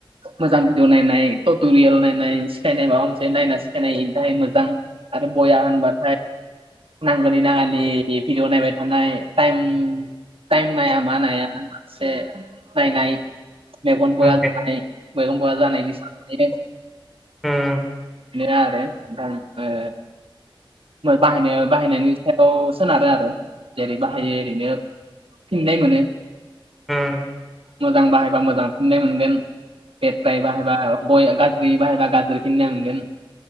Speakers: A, on the right (about 85°); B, in the centre.
A: मोजां भिडिअ नायनाय, टट'रियेल नायनाय सिखायनाय माबा मोनसे नायना सिखायनाय बेनि थाखाय मोजां। आरो बया होनबाथाय नांगौनि नाङानि भिडिअ' नायबाय थानाय टाइम टाइम नाया मा नाया एसे नायनाय मेगनफोरा
B: उम
A: <unintelligible> मेगन बया जानायनि <unintelligible>
B: उम उम
A: नो आरो नोंथां ओ बाहायनो बाहायनायनि सायाव सोनारो आरो जेरै बाहायो ओरैनो फिननाय मोनो,
B: उम
A: मोजां बाहायबा मोजां फिननाय मोनगोन लेथ्रायै बाहायबा बय गाज्रियै बाहायबा गाज्रि फिन्नाय मोनगोन।